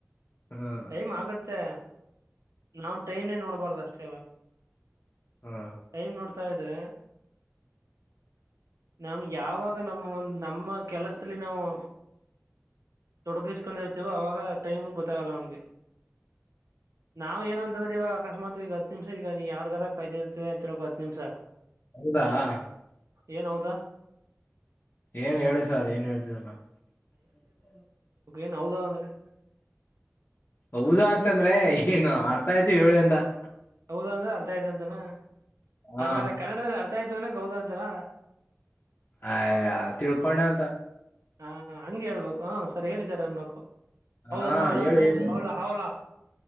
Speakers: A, on the left; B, on the right.
A: ಹಾ
B: ಟೈಮ್ ಆಗತ್ತೆ ನಾವ್ ಟೈಮ್ನೇ ನೋಡ್ಬಾರ್ದ ಷ್ಟ <inaudible>
A: ಹಾ
B: ಟೈಮ್ ನೋಡ್ತ್ ತಾ ಇದ್ರೆ <inaudible> ನಮ್ ಯಾವಾಗ ನಮ್ಮ ಒಂದು <unintelligible> ನಮ್ಮ ಕೆಲಸಲಿ ನಾವು <unintelligible> ತೊಡಗಿಸ್ಕೊಂಡ್ ಇರ್ತೀವಿ ಅವಾಗ <unintelligible> ಟೈಮ್ ಗೊತ್ತಾಗಲ್ಲ ನಮ್ಗೆ <unintelligible> ನಾವ್ ಏನು ಅಂದ್ರೆ ಇವಾಗ ಅಕಸ್ಮಾತ್ <unintelligible> ಈಗ ಹತ್ ನಿಮಿಷ ಈಗ ನೀ ಯಾರ್ಗಾರ ಕಾಯ್ತಾ ಎರ್ಥನಿ ಅಂತ ಹೇಳ ಹತ್ ನಿಮಿಷ <unintelligible>
A: ಹೌದಾ <unintelligible>
B: ಏನ್ ಹೌದಾ <unintelligible>
A: ಏನ್ ಹೇಳಿ ಸರ್ ಏನ್ ಹೇಳ್ತೀರಲ್ಲ <unintelligible>
B: ಏನ್ ಹೌದಾ ಅಂದ್ರೆ <unintelligible>
A: ಹೌದಾ ಅಂತಂದ್ರೆ ಏನು ಅರ್ಥ ಆಯ್ತು ಹೇಳಿ ಅಂತ <unintelligible>
B: ಹೌದ ಅಂದ್ರೆ ಅರ್ಥ ಆಯ್ತಂತನ <unintelligible>
A: ಹಾ
B: ಹಾಗಾದ್ರೆ ಕನ್ನಡದಲ್ಲಿ ಅರ್ <unintelligible> ಆಯ್ತು ಅನಕ್ ಹೌದ ಅಂತಾರ
A: ಹಯಾ ತಿಳ್ಕೊಂಡೆ ಅಂತ
B: ಹಾ ಹಂಗೆ ಹಳ್ಬೇಕು ಹ ಸರ್ ಹೇಳಿ ಸರ್ ಅನ್ಬೇಕು
A: ಹಾ
B: ಹೌದಾ ಹೌದಾ
A: ಹೇಳಿ
B: ಅಂದ್ರೆ
A: ಹೇಳಿ
B: ಹೌಲ ಹೌಲ